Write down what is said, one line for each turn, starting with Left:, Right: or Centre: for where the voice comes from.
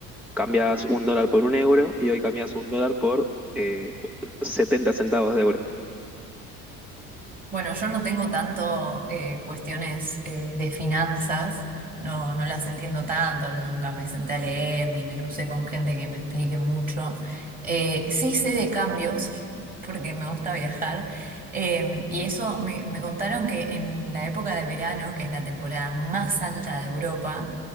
Centre: cambias un dólar por un euro y hoy cambias un dólar por eh, 70 centavos de euro.
Right: Bueno, yo no tengo tanto eh, cuestiones eh, de finanzas, no, no las entiendo tanto, nunca me senté a leer ni me crucé con gente que me explique mucho. Eh, sí sé de cambios, porque me gusta viajar, eh, y eso me, me contaron que en la época de verano, que es la temporada más alta de Europa,